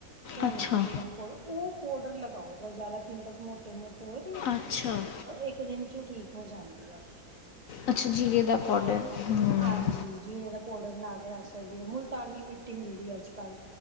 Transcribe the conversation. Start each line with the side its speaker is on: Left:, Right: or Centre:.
Right: ਭੁਨ
Left: ਅੱਛਾ
Right: ਕੇ ਜੀਰਾ ਨੂੰ। ਫੇਰ ਉਹ ਪਾੋਡਰ ਲਗਾਓ ਜ਼ਿਆਦਾ ਪਿੰਪਲਸ ਮੋਟੇ- ਮੋਟੇ। ਹੋ ਤੇ
Left: ਅੱਛਾ
Right: ਇੱਕ ਦਿਨ ਚ ਠੀਕ ਹੋ ਜਾਂਦੇ ਆ।
Left: ਅੱਛਾ ਜੀਰੇ ਦਾ ਪਾਊਡਰ। ਹਮ
Right: ਹਾਂਜੀ ਜੀਰੇ ਦਾ ਪਾਊਡਰ ਬਣਾ ਕੇ ਰੱਖ ਸਕਦੇ ਹੋ, ਮੁਲਤਾਨੀ ਮਿੱਟੀ ਮਿਲਦੀ ਹੈ ਅੱਜ ਕੱਲ।